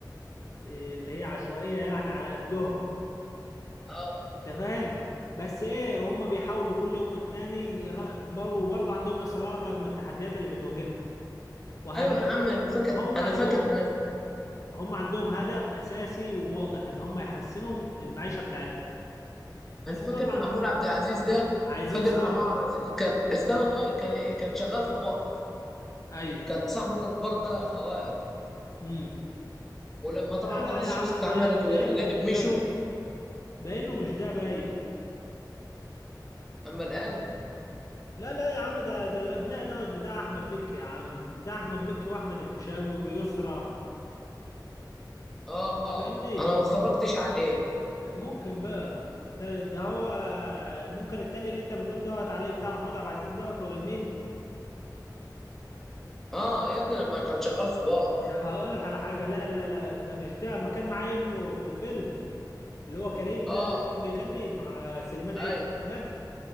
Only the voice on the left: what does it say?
إيه، اللي هي عشوائية يعني على قدهم
انت فاهم بس ايه هم بيحاولوا كل يوم والتاني ر- بر- وبرضه عندهم اصرار رغم التحديات اللي بتواجههم وهدفهم
هم عندهم
هم عندهم هدف اساسي وواضح ان هم يحسنوا المعيشه بتاعتهم بس
طبعا
عايزين
صبر
ايوه
امم
لا لا
يا
عم
باي- باينه
مش ده
باينه مش ده باين
لا لا يا عم ده ده الابناء دوت بتاع احمد مكي يا عم بتاع احمد مكي واحمد الفيشاوي ويسرى
انت فاهمني
ممكن بقى انت ده هو ممكن التاني اللي انت بتقول دوت عليه بتاع محمود عبد العزيز دوت ولا مين
طب هقول لك على حاجة لا لا لا ده مش ده ما كان معاه ابنه في الفيلم اللي هو كريم
ده اللي كان بيغني مع سليمان عيد
لما مات